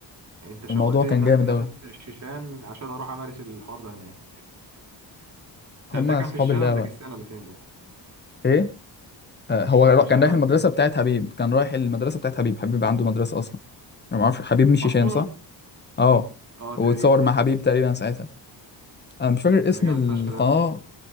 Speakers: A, on the right; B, on the left.
A: انت شوقتني
B: الموضوع كان
A: ان
B: جامد
A: انا
B: قوي
A: اسافر الشيشان عشان اروح امارس الحوار ده هناك
B: هما
A: طب ده كان
B: اصحاب
A: في الشيشان
B: اللعبه
A: ولا داجستان ولا فين ده
B: ايه آه، هو
A: الشيشان
B: كان رايح
A: ولا
B: المدرسة
A: داجستان
B: بتاعت حبيب كان رايح المدرسة بتاعت حبيب حبيب عنده مدرسة أصلا أنا ما أعرفش حبيب مش
A: اصلا
B: هشام صح؟ أه
A: اه تقريبا
B: واتصور مع حبيب تقريبا ساعتها أنا مش فاكر اسم
A: ده جامد
B: القناة
A: فشخ ده